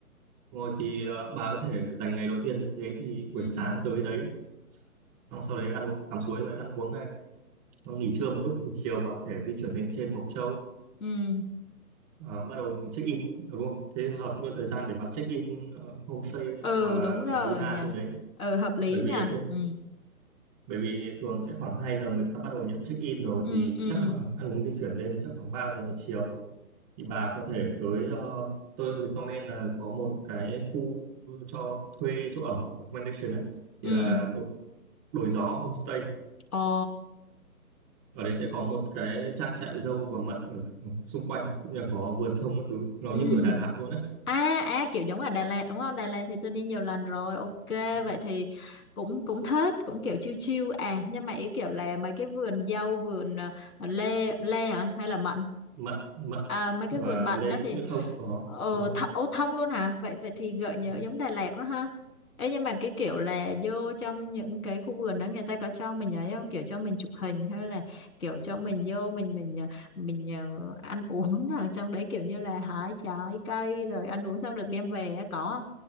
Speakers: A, on the right; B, on the left.
A: rồi thì ờ, bà có thể dành ngày đầu tiên như thế thì
B: ừ
A: buổi sáng tới đấy xong sau đấy ăn uống tắm suối rồi ăn uống Nó nghỉ trưa một lúc thì chiều bà có thể di chuyển lên trên Mộc Châu
B: ừ
A: ờ, bắt đầu check in đúng không? Thế hợp luôn thời gian để bà check in ờ, homestay ờ,
B: ừ
A: hoặc là
B: đúng rồi
A: villa
B: nhờ
A: trên đấy
B: ừ hợp lý
A: bởi
B: nhờ
A: vì ở trên
B: ừ
A: bởi vì thường sẽ khoảng 2 giờ người ta bắt đầu nhận check in rồi
B: ừ
A: thì
B: ừ
A: chắc là ăn uống di chuyển lên chắc khoảng 3 giờ chiều thì bà có thể tới ờ, tôi recommend là có một cái khu cho thuê chỗ ở accommodation á thì
B: ừ
A: là Đồi Gió Homestay
B: ồ
A: ở đấy sẽ có một cái trang trại dâu và mận ở dự- xung quanh cũng như là có vườn thông các thứ nó
B: ừ
A: như ở Đà Lạt luôn á
B: À, à kiểu giống ở Đà Lạt đúng không? Đà Lạt thì tôi đi nhiều lần rồi. Ok,
A: Đúng rồi.
B: vậy thì cũng cũng thích, cũng kiểu chill chill à, nhưng mà ý kiểu là mấy cái vườn dâu, vườn ờ, lê lê hả hay là mận?
A: mận mận
B: À, mấy cái
A: và
B: vườn mận
A: lê
B: đó thì
A: cũng như thông cũng có
B: ờ
A: đúng không
B: th ô, thông luôn hả? Vậy vậy thì gợi nhớ
A: Đúng không?
B: giống Đà Lạt quá ha. Ê, nhưng mà cái kiểu là vô trong những cái khu vườn đó người ta có cho mình ấy không? Kiểu cho mình chụp hình hay là kiểu cho mình vô mình mình ờ, mình ờ, ăn uống <laughs> ở trong đấy kiểu như là hái trái cây rồi ăn uống xong được đem về á, có không